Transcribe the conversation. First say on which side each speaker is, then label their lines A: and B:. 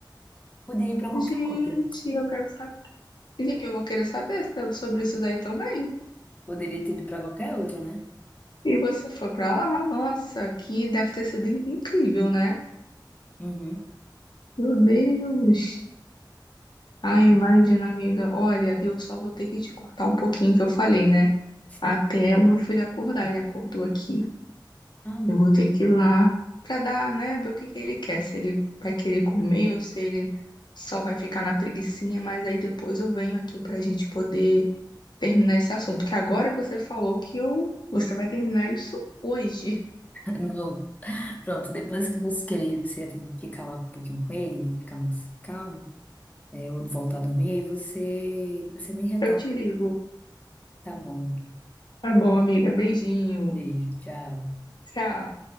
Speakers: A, on the left (about 20°); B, on the left (about 65°).
A: Poderia ir pra qualquer
B: Gente,
A: outra.
B: eu quero saber. Eu vou querer saber so- sobre isso daí também.
A: Poderia ter ido pra qualquer outra, né?
B: E você foi pra lá? Nossa, que deve ter sido in- incrível, né?
A: Uhum.
B: Meu Deus! Ai, imagina, amiga. Olha, eu só vou ter que te cortar um pouquinho que eu falei, né?
A: Sim.
B: Até o meu filho acordar. Ele acordou aqui.
A: Ah, não.
B: Eu vou ter
A: <laughs>
B: que ir lá pra dar, né, ver o que que ele quer, se ele vai querer comer ou se ele só vai ficar na preguicinha, mas aí depois eu venho aqui pra gente poder terminar esse assunto, que agora que você falou que eu, você vai terminar isso hoje.
A: Não. Pronto, depois que você querer, você tem- que ficar lá um pouquinho com ele, ele ficar mais calmo, é, ou voltar a dormir, aí você, você me
B: <laughs>
A: retorna.
B: Eu te ligo.
A: Tá bom, amiga.
B: Tá bom, amiga. Beijinho.
A: Beijo, tchau.
B: Tchau.